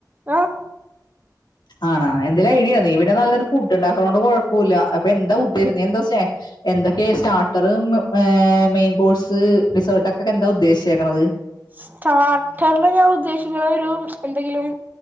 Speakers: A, on the right; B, on the left.
A: ആഹ്
B: ആണാ എന്തേലും ഐഡിയ നീ പിന്നെ നല്ലൊരു ഫുഡ്ഡ് ഉണ്ടാക്ക്ണോണ്ട് കൊഴപ്പോല്ല അപ്പൊ എന്താ ഉദ്ദേശം നീയെന്താ എന്തൊക്കെ സ്റ്റാട്ടറ്ഏ മെയിൻ കോഴ്സ് റിസേട്ട് ഒക്കെക്കെ എന്താ ഉദ്ദേശിച്ചേക്കണത്
A: സ്റ്റാർട്ടറില് ഞാൻ ഉദ്ദേശിക്കണ ഒരു എന്തെങ്കിലും